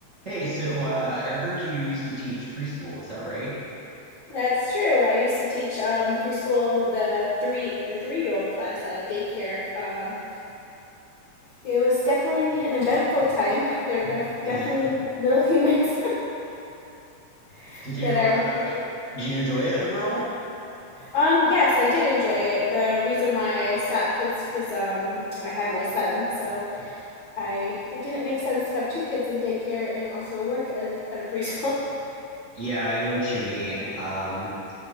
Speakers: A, on the right; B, on the left.
A: Hey, so uh, I heard you used to teach preschool, is that right?
B: That's true. I used to teach um, preschool the three the three year old class at a daycare. Um, it was definitely an eventful time. They're bef- definitely
A: <laughs>
B: little humans <laughs>
A: Did you
B: that are.
A: uh, did you enjoy it overall?
B: Um, yes, I did enjoy it. The reason why I stopped is because um, I had my son, so I it didn't make sense to have two kids in daycare and also work at a, at a preschool. <laughs>
A: Yeah, I know what you mean. Um,